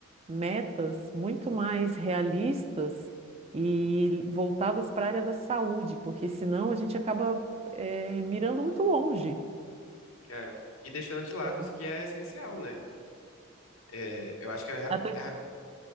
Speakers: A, on the right (about 30°); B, on the left (about 80°).
A: metas muito mais realistas e voltadas para a área da saúde, porque senão a gente acaba, eh, mirando muito longe.
B: É. E deixando de lado
A: Hum.
B: isso que é essencial, né? É, eu acho que é,
A: Até,
B: é